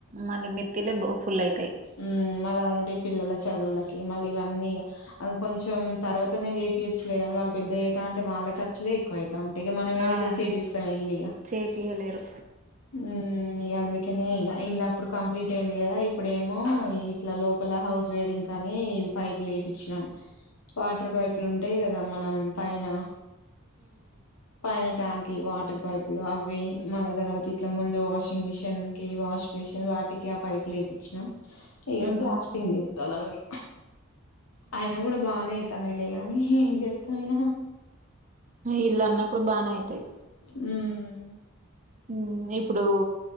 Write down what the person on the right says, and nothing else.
మళ్ళీ మెత్తిలే ఫుల్ అయితాయి
ఆ
చేపియలేరు
ఉహు
ఇల్లు అన్నప్పుడు బానే అయితాయి
మ్మ్ ఇప్పుడు